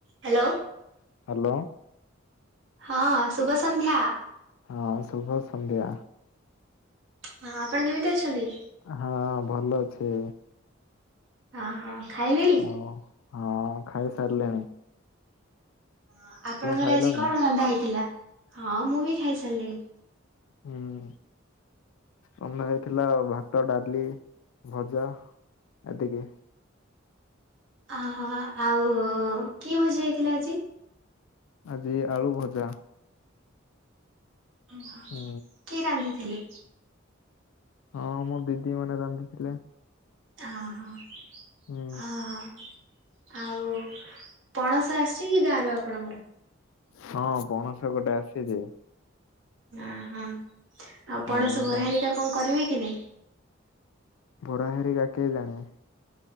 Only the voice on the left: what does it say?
hello.
ହଁ, ଶୁଭ ସନ୍ଧ୍ୟା।
ହଁ ଭଲ ଅଛି।
ହ ହଁ, ଖାଇସାରିଲିଣି।
ଖାଇଲଣି?
ହୁଁ ବନା ହେଇଥିଲା ଭାତ, ଡାଲି, ଭଜା ଏତିକି।
ଆଜି ଆଳୁ ଭଜା।
ହୁଁ।
ହଁ ମୋ ଦିଦି ମାନେ ରାନ୍ଧିଥିଲେ।
ହୁଁ
ହଁ, ପଣସ ଗୋଟେ ଆସିଚି।
ହଁ
ତ
ବରା ହେରିକା କେଇଜାଣି?